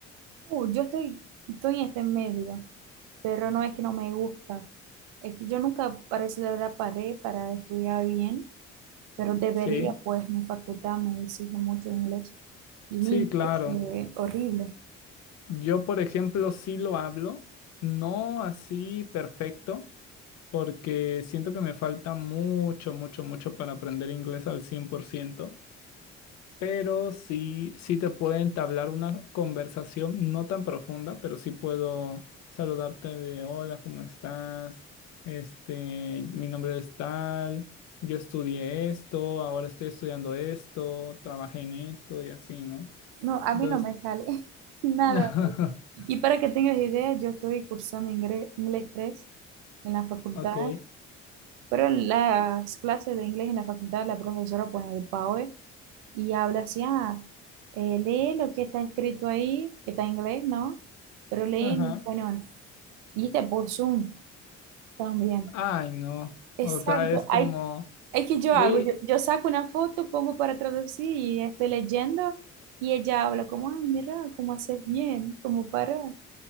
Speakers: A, on the right; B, on the left.
A: Uh, yo estoy, estoy en este medio, pero no es que no me gusta. Es que yo nunca parece de verdad paré para estudiar bien, pero debería,
B: ¿sí?
A: pues mi facultad me exige mucho inglés y
B: Sí,
A: mi inglés
B: claro.
A: es horrible.
B: Yo, por ejemplo, sí lo hablo, no así perfecto, porque siento que me falta mucho, mucho, mucho para aprender inglés al cien por ciento pero sí, sí te puedo entablar una conversación no tan profunda, pero sí puedo saludarte de hola, ¿cómo estás? Este, mi nombre es tal, yo estudié esto, ahora estoy estudiando esto, trabajé en esto y así, ¿no?
A: No, a
B: Entonces,
A: mí no me sale <laughs> nada.
B: <laughs>
A: Y para que tengas idea, yo estoy cursando ingre- inglés 3 en la facultad,
B: ok,
A: pero las clases de inglés en la facultad, la profesora pone el PAOE y habla así, ah, eh, lee lo que está escrito ahí, que está en inglés, ¿no? Pero lee
B: ajá.
A: en español. Y está por Zoom también.
B: Ay, no.
A: Exacto,
B: O sea, es como,
A: hay, es que yo
B: uy,
A: hago, yo, yo saco una foto, pongo para traducir y estoy leyendo y ella habla como, ay, mira, cómo haces bien, cómo para.